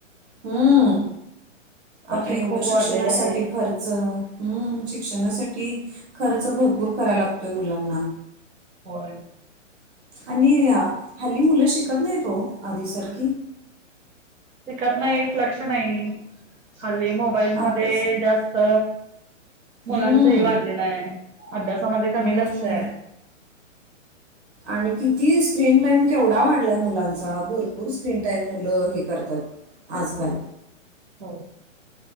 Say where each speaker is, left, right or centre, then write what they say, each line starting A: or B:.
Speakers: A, on the right (about 55°); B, on the right (about 85°).
A: हम्म. आता
B: फी
A: एवढं
B: खूप
A: शिक्षणासाठी
B: वाढलेली आहे
A: खर्च हम्म. शिक्षणासाठी खर्च भरपूर करा लागतोय मुलांना
B: होर
A: आणि हल्ली मुलं शिकत नाही तो आधीसारखी
B: शिकत नाही लक्ष नाही खाली मोबाईल मध्ये
A: अभ्यासामध्ये
B: जास्त मुलांच
A: हम्म
B: ह वाढलेलं आहे अभ्यासामध्ये कमी
A: हम्म
B: लक्ष आहे
A: आणि किती स्क्रीन टाईम केवढा वाढलाय मुलांचा भरपूर स्क्रीन टाईम मुलं हे करतात आजकाल
B: हो